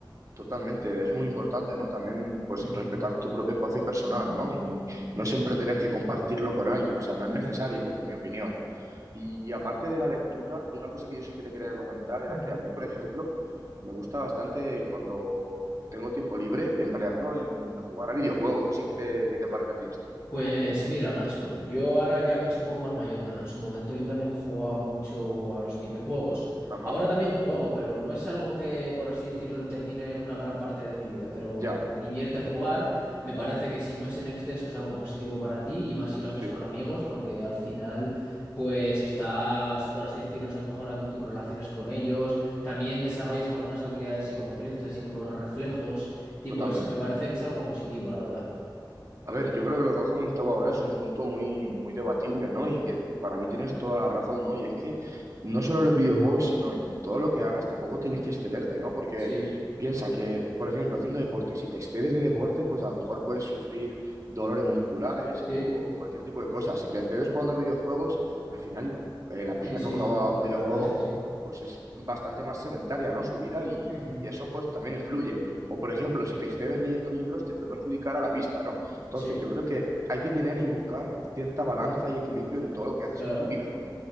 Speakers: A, on the right; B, on the left.
A: Totalmente, es muy importante, ¿no? También, pues,
B: Ujú,
A: respetar tu propio espacio personal, ¿no? Y no siempre tener que compartirlo con alguien, o sea, no es necesario,
B: Sí.
A: en mi opinión. Y aparte de la lectura, una cosa que yo sí que te quería comentar era
B: Ujú.
A: que a mí, por ejemplo, me gusta bastante cuando tengo tiempo libre emplearlo en jugar a videojuegos, no sé qué te, qué te parece a ti esto.
B: Pues mira, macho, yo ahora ya me he hecho un poco más mayor, pero en su momento yo también jugaba mucho a los videojuegos.
A: Ajá,
B: Ahora también juego, pero no es algo que, por así decirlo, determine una gran parte de mi vida. Pero
A: ya,
B: me divierte jugar, me parece que si no es en exceso es algo positivo para ti y más si lo haces
A: sí,
B: con amigos, porque al final, pues estás, por así decirlo, estás mejorando tus relaciones con ellos. También desarrollas algunas habilidades psicomotrices, así como los reflejos, tipo
A: totalmente.
B: eso, me parece que es algo positivo, la verdad.
A: A ver, yo creo que lo que has comentado ahora es un punto muy, muy debatible, ¿no? Y que para mí tienes toda la razón, ¿no? Y es que no solo en los videojuegos, sino en todo lo que hagas, tampoco tienes
B: <laughs>
A: que excederte, ¿no? Porque
B: Sí.
A: piensa que, por ejemplo, haciendo deporte, si te excedes de deporte, pues a lo mejor puedes sufrir dolores musculares
B: Sí,
A: o cualquier tipo de cosa. Si te excedes jugando a videojuegos, al final eh, la persona
B: sí, sí,
A: que juega
B: sí.
A: a un videojuego,
B: La verdad es que sí.
A: pues es bastante más sedentaria, ¿no? Su vida y,
B: Ujú.
A: y eso pues también influye. O por ejemplo, si te excedes leyendo libros, te puede perjudicar a la vista, ¿no? Entonces,
B: Sí,
A: yo creo que hay que tener y buscar cierta balanza y equilibrio en todo lo que haces
B: claro.
A: en tu vida, ¿no?